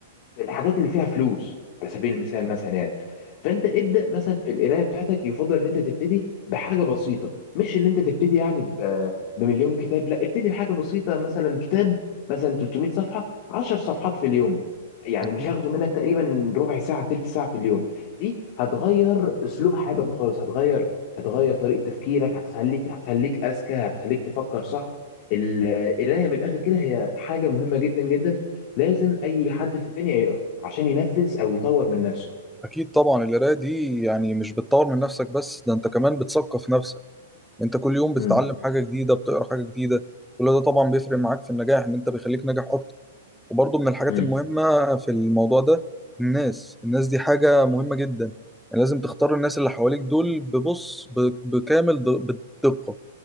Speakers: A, on the left; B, in the centre.
A: في الحاجات اللي فيها فلوس على سبيل المثال مثلا يعني فانت ابدا مثلا في القرايه بتاعتك يفضل ان انت تبتدي بحاجه بسيطه مش اللي انت تبتدي يعني ب- بمليون كتاب لا ابتدي بحاجه بسيطه مثلا كتاب مثلا 300 صفحه 10 صفحات في اليوم يعني
B: أكيد.
A: مش هياخدوا منك تقريبا ربع ساعه تلت ساعه في اليوم دي هتغير اسلوب حياتك خالص هتغير هتغير طريقه تفكيرك هتخليك هتخليك اذكى هتخليك تفكر صح القرايه من الاخر كده هي حاجه مهمه جدا جدا لازم اي حد في الدنيا يقرا عشان ينفذ او يطور من نفسه
B: أكيد طبعا القراية دي يعني مش بتطور من نفسك بس ده أنت كمان بتثقف نفسك أنت كل يوم بتتعلم
A: امم
B: حاجة جديدة بتقرا حاجة جديدة كل ده طبعا بيفرق معاك في النجاح إن أنت بيخليك ناجح أكتر وبرضه من الحاجات
A: امم
B: المهمة في الموضوع ده الناس الناس دي حاجة مهمة جدا يعني لازم تختار الناس اللي حواليك دول ببص ب- بكامل د- بالدقة